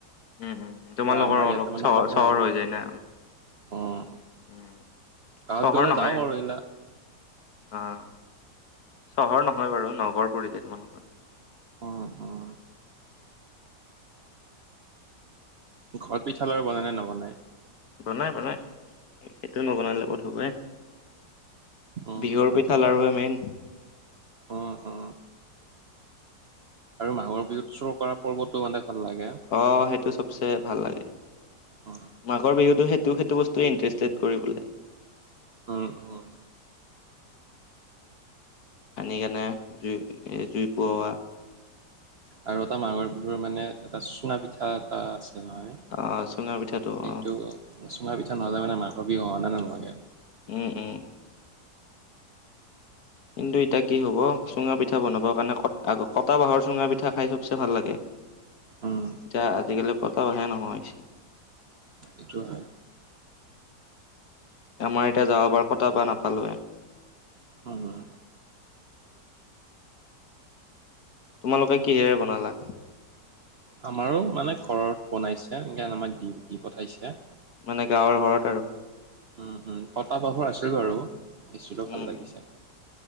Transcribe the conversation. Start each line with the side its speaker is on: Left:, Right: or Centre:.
Left: উম উম তোমালোকৰ
Right: ত' আমাৰ
Left: অলপ
Right: ইয়াতে মানে
Left: চহৰ
Right: কমেই
Left: চহৰ
Right: অলপ।
Left: হৈ যায় না
Right: উম।
Left: উম
Right: গাঁৱত
Left: চহৰ
Right: গ'লে
Left: নহয়।
Right: যাওঁ বাৰু এইগিলা
Left: উম চহৰ নহয় বাৰু নগৰ পৰি যায়। তোমালোকৰ?
Right: উম উম ঘৰত পিঠা লাৰু বনাই নে নবনাই?
Left: বনাই বনাই, সেইটো নবনালে কত হ'ব এ।
Right: উম
Left: বিহুৰ পিঠা লাৰুৱে মেইন।
Right: উম উম আৰু মাঘৰ বিহুত চুৰ কৰা পৰ্বতো মানে ভাল লাগে।
Left: অঁ সেইটো চব চে ভাল লাগে,
Right: উম
Left: মাঘৰ বিহুতো সেইটো সেইটো বস্তুৱে ইন্টাৰেষ্টেড কৰিবলৈ।
Right: উম উম।
Left: আনি কেনে জুই জুই ফুৰোৱা।
Right: আৰু এটা মাঘৰ বিহুৰ মানে এটা চুঙা পিঠা এটা আছে নহয়।
Left: অ চুঙা পিঠাটো অ
Right: এইটো চুঙা পিঠা নহলে মানে মাঘৰ বিহু হোৱা যেন নালাগে।
Left: উম উম। কিন্তু এতিয়া কি হ'ব চুঙা পিঠা বনাবৰ কাৰণে কটা বাঁহৰ চুঙা পিঠা খাই চবচে ভাল লাগে।
Right: উম
Left: যা আজিকালিৰ কতাও আহে নহয়।
Right: এইটো হয়।
Left: আমাৰ এতিয়া যাৱা বাৰ কতা বাহ নাপালোৱে।
Right: উমম।
Left: তোমালোকে কিহেৰে বনালা?
Right: আমাৰো মানে ঘৰত বনাইছে সে আমাক দি দি পঠাইছে।
Left: মানে গাঁৱৰ ঘৰত আৰু।
Right: উম উম, কটা বাহৰ আছিল বাৰু পিছিলোঁ
Left: উম
Right: ভাল লাগিছে।
Left: উম